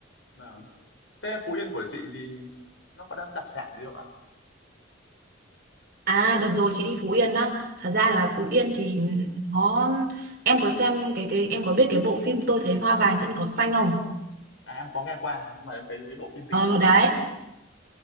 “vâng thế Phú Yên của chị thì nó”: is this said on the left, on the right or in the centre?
Left